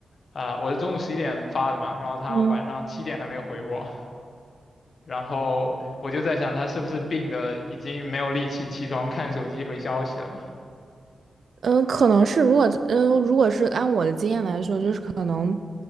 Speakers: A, on the left; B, on the right.
A: 啊、我是中午十一点发的嘛，然后他晚上七点还没有回我，
B: 嗯
A: 然后我就在想，他是不是病的已经没有力气起床看手机回消息了嘛？
B: 嗯，可能是如果嗯，如果是按我的经验来说，就是可能，